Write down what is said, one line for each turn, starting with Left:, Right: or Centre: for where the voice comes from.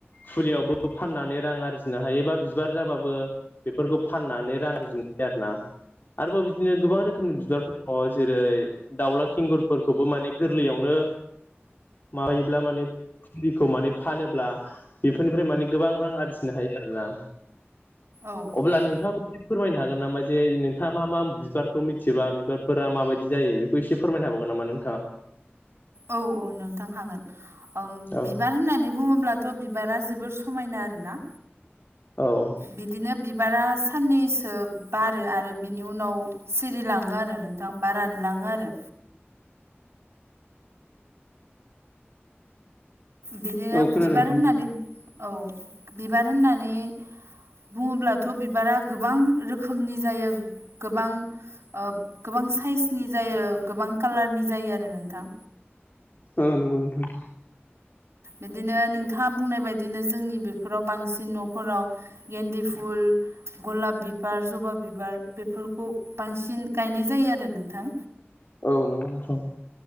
Left: फुलियावबो फाननानै रां आरजिनो हायोबा बिबार जाबाबो बेफोरखौ फाननानै रां आरजिनो हायो आरोना आरोबाव बिदिनो गोबां रोखोमनि बिबारफोर अ जेरै दाउला खिंगुरफोरखौबो माने गोरलैयावनो माबायोब्ला माने फुलिखौ माने फानोब्ला बेफोरनिफ्राय माने गोबां रां आरजि नो हायो आरोना
Right: औ
Left: अब्ला
Right: औ
Left: नोंथाङा फोरमायनो हागोन नामा जे नोंथाङा मा मा बिबारखौ मिथिबा बिबारफोरा माबायदि जायो बेखौ एसे फोरमायनो हाबावगोन नामा नों
Right: औ औ नोंथां हागोन
Left: औ
Right: बिबार होननानै बुङोब्ला थ' बिबारा जोबोर समायना आरोना
Left: औ
Right: बिदिनो बिबारा साननैसो बारो आरो बिनि उनाव सिरिलाङो आरो नोंथां बा रानलाङो आरो बिदिनो
Left: औ खोनादों
Right: बिबार
Left: नोंथां
Right: होननानै औ बिबार होननानै बुङोब्लाथ' बिबारा गोबां रोखोमनि जायो गोबां ओ गोबां साइसनि जायो गोबां कालारनि जायो आरो नोंथां
Left: औ नंगौ नोंथां
Right: बिदिनो नोंथाङा बुंनाय बायदिनो जोंनि बेफोराव बांसिन न'फोराव गेन्दे फुल गलाब बिबार जबा बिबार बेफोरखौ बांसिन गायनाय जायो आरो नोंथां
Left: औ नंगौ नोंथां